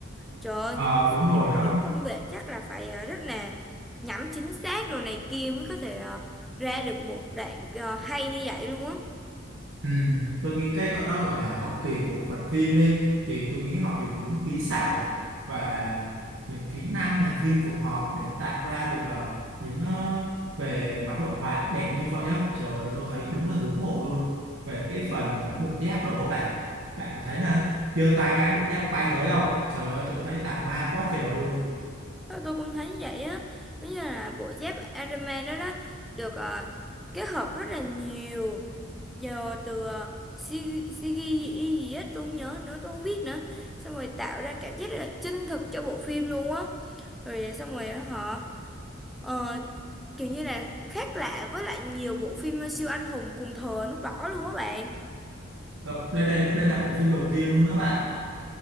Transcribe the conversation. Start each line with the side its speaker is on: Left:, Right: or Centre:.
Centre: trời ơi
Right: Ờ
Centre: người ta
Right: đúng
Centre: sử
Right: rồi
Centre: dụng những
Right: á
Centre: công nghệ chắc là phải ờ, rất là nhắm chính xác đồ này kia mới có thể ờ, ra được một đoạn ờ, hay như vậy luôn á
Right: Ừ, tôi nghĩ cái gọi đó gọi là hậu kỳ của Phật phim đi thì tôi nghĩ họ dùng những kỹ xảo và những kỹ năng làm phim của họ để tạo ra được ờ, những ờ, về mặt đồ họa đẹp như vậy á trời ơi tôi thấy đúng là ngưỡng mộ luôn về cái phần mà bộ giáp đồ á bạn bạn có thấy là giơ tay cái bộ giáp bay tới không trời ơi tôi thấy ảo ma quá trời luôn
Centre: Tôi, tôi cũng thấy vậy á giống như là bộ dép Iron Man đó đó được ờ, kết hợp rất là nhiều giờ từ CGI gì gì á tôi không nhớ nữa tôi không biết nữa xong rồi tạo ra cảm giác là chân thực cho bộ phim luôn á rồi xong rồi á, họ ờ, kiểu như là khác lạ với lại nhiều bộ phim ờ, siêu anh hùng cùng thời lúc đó luôn á bạn
Right: Đó, đây đây đây là bộ phim đầu tiên luôn đó bạn